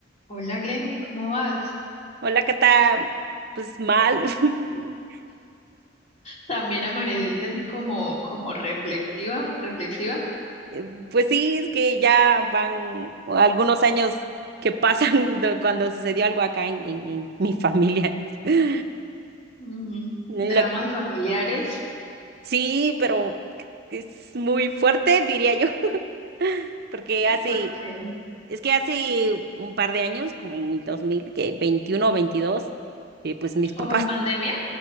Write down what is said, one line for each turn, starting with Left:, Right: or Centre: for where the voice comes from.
Left: Hola Glendy, ¿cómo vas?
Right: Hola, Cata. Pues mal. <laughs>
Left: También amaneciste así como, como reflexiva, reflexiva.
Right: Eh, Pues sí, es que ya van algunos años que pasan de cuando sucedió algo acá en, en- en mi familia. <laughs>
Left: Mm,
Right: Lo
Left: dramas
Right: que-
Left: familiares,
Right: sí, pero es muy fuerte, diría yo, <laughs> porque
Left: ¿sí?
Right: hace,
Left: Porque
Right: es que hace un par de años, como en el dos mil veintiuno o veintidós, eh, pues mis papás
Left: como en pandemia,